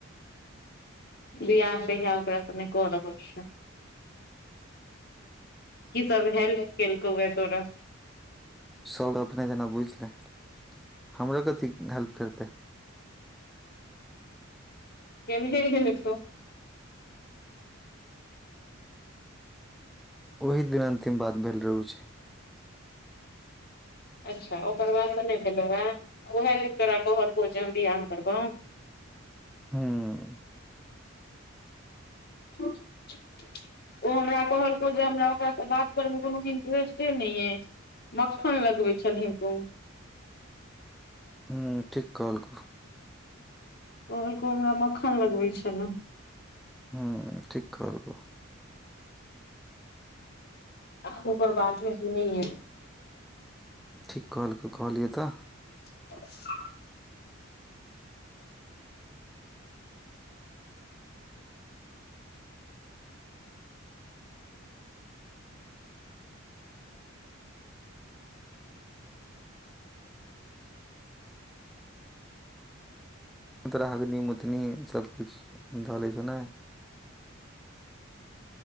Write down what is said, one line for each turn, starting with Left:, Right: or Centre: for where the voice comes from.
Left: बियाह कहिया करत नै क रहल छियौ की सब हेल्प केलकौए तोरा
Centre: सभ अपने जेना बुझ लहिन हमरे कथी हेल्प करतै
Left: केनहे हेतौ
Centre: ओही दिन अन्तिम बात भेल रहू छै
Left: अच्छा ओकर बाद से नहि भेलौहें उहे दिन तोरा कहलकौ जे हम बियाह करबौ
Centre: हूंम्म
Left: ह <inaudible> ओ हमरा कहलकौ जे हमरा ओकरासँ बात करयमे कोनो इंटरेस्टे नहि यऽ मक्खन लगबै छलहींन तु
Centre: हूँ ठीक कहल कौ
Left: कहलको हमरा मक्खन लगबै छलए
Centre: हूंम्म ठीक कहलकौ
Left: आ ओकर बातमे सुनी है
Centre: ठीक कहलकौ कहलियौ तऽ
Left: <unintelligible>
Centre: तोरा हग्नि मुतनी सभ किछु धऽ लै छौ ने